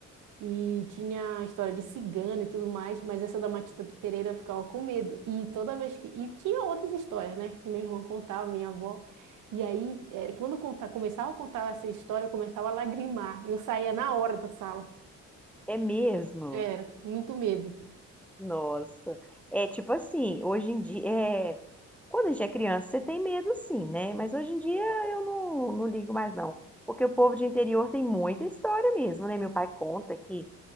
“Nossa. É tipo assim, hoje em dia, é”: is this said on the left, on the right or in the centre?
Centre